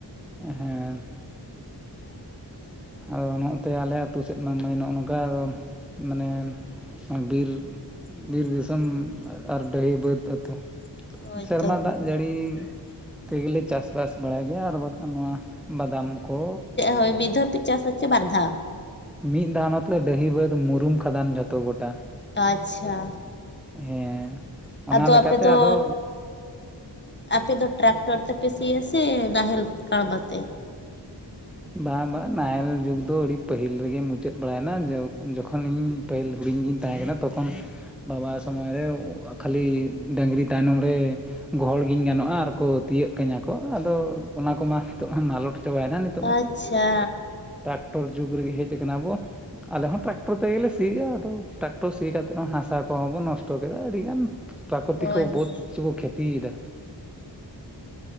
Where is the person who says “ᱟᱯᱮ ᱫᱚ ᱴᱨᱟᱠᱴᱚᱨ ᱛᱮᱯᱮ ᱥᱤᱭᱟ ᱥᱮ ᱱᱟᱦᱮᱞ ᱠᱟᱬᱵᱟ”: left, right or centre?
Left